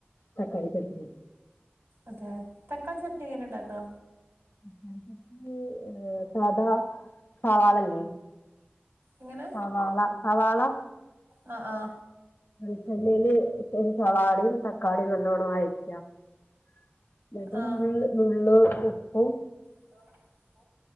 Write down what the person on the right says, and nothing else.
അതെ തക്കാളി ചട്നി എങ്ങനെ ഉണ്ടാക്ക
എങ്ങനെ
ആഹ ആഹ
ആ
ആഹ്